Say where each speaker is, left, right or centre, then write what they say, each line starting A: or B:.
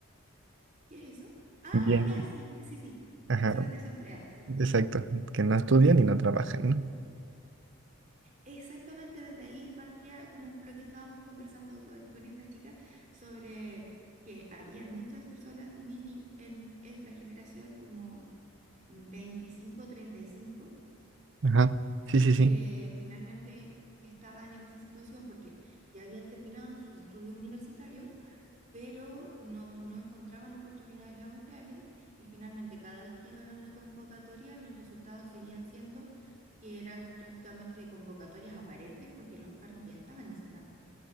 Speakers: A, on the right; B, on the right.
A: ¿Qué es eso? Ah,
B: Bien.
A: ya, sí, sí, sí.
B: Ajá,
A: Personas desempleadas.
B: exacto. Que no estudian y no trabajan,
A: Exactamente, desde ahí partía como lo que estábamos conversando con, con esta chica sobre que habían muchas personas nini en es la generación como 25 o 35
B: ¿no? Ajá. Sí, sí, sí.
A: que finalmente estaban en esa situación porque ya habían terminado sus estudios universitarios pero no, no encontraban oportunidades laborales y finalmente cada vez que iban a una convocatoria los resultados seguían siendo que eran prácticamente convocatorias aparentes porque los cargos ya estaban asignados.